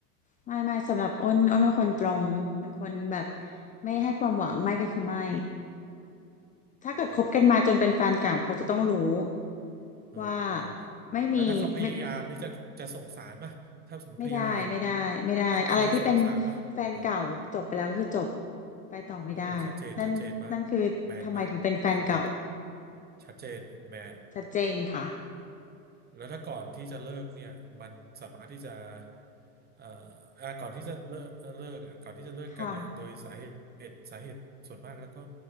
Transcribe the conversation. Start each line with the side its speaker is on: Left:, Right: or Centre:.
Left: ไม่ ไม่สำหรับอ้นอ้นเป็นคนตรงเป็นคนแบบไม่ให้ความหวังไม่ก็คือไม่ถ้าเกิดคบกันมาจนเป็นแฟนเก่าเขาจะต้องรู้
Right: ว้าว เออ
Left: ว่าไม่มีไม่
Right: แล้วถ้าเขาพยายามที่จะจะสงสารป่ะถ้าสมมติพยายาม
Left: ไม่ได้ไม่ได้ไม่ได้อะไรที่เป็น
Right: เขาเขาจะสงสารป่ะเออ
Left: แฟนเก่าจบไปแล้วก็คือจบไปต่อไม่ได้
Right: โอ้ชัดเจนชัดเจนมากแมนมากแมนมาก
Left: นั่นนั่นคือทำไมถึงเป็นแฟนเก่า
Right: ชัดเจนแมน
Left: ชัดเจนค่ะ
Right: แล้วถ้าก่อนที่จะเลิกเนี่ยมันสามารถที่จะเอ่ออ่ะก่อนที่จะเลิกเอ่อเลิกอ่ะก่อนที่จะเลิกกันเนี่ยโดยสาเหตุ
Left: ค่ะ
Right: สาเหตุส่วนมากแล้วก็